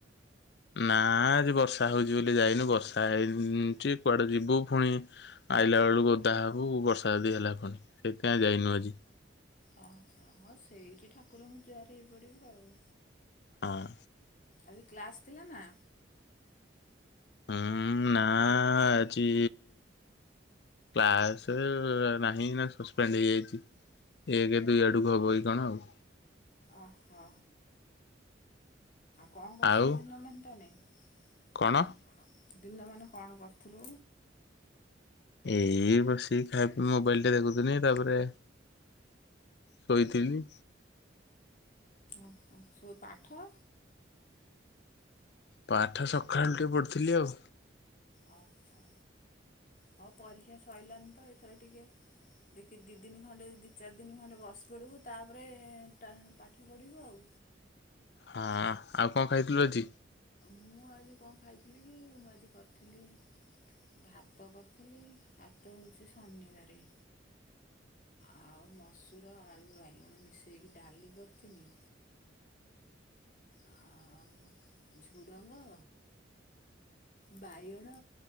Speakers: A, on the left (about 60°); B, on the left (about 45°).
A: ନା ଆଜି ବର୍ଷା ହଉଛି ବୋଲି ଯାଇନୁ ବର୍ଷା ହେଇଛି କୁଆଡେ ଯିବୁ ପୁଣି? ଆଇଲା ବେଳକୁ ଓଦା ହେବକୁ ବର୍ଷା ଯଦି ହେଲା ପୁଣି ସେଇଥିପାଇଁ ଯାଇନୁ ଆଜି।
B: ଓହୋ ସେଇଠି ଠାକୁରଙ୍କୁ ଜୁଆର ହେଇ ପଡିବୁ ଆଉ
A: ହଁ।
B: ଆଜି କ୍ଲାସ ଥିଲା ନା?
A: ହୁଁ ନା ଆଜି କ୍ଲାସ୍ ନାହିଁ ନା ସସ୍ପେଣ୍ଡ ହେଇଯାଇଛି ଏକ ଦୁଇ ଆଡ଼କୁ ହେବ ଏଇ କଣ ଆଉ?
B: ଆହା। କଣ କରୁଛ
A: ଆଉ
B: ସେ ଦିନ ମତେ ତାନେ
A: କଣ?
B: <inaudible> ଦିନ ମାନେ କଣ କରୁଥୁଲୁ।
A: ଏଇ ବସି ଖାଇପି ମୋବାଇଲ ଟେ ଦେଖୁଥୁନି ତାପରେ। ଶୋଇଥିଲି।
B: ଓହୋ ସୋ ପାଠ।
A: ପାଠ ସଖାଳୁ ଟିକେ ପଢଥିଲି ଆଉ।
B: ଅ ହଁ ହଉ ପରୀକ୍ଷା ସଇଲାଣି ତ ଏଥର ଟିକେ। ଦେଖି ଦି ଦିନି ଖଣ୍ଡେ ଦି ଚାରି ଦିନି ଖଣ୍ଡେ ବସି ପଡ଼ିବୁ ତାପରେ ଏଟା ପାଠ ପଢ଼ିବୁ ଆଉ।
A: ହଁ ଆଉ କଣ ଖାଇଥୁଲୁ ଆଜି?
B: ମୁଁ ଆଜି କଣ ଖାଇଥିଲି କି ମୁଁ ଆଜି କରିଥିଲି। ଭାତ କରିଥିଲି ଆତ ହଉଛି ଶନିବାରେ। ଆଉ ମସୁର ଆଳୁ ବାଇଗଣ ମିଶେଇକି ଡାଲି କରିଥିନି। ଆଉ ଝୁଡ଼ଙ୍ଗ। ବାଇଗଣ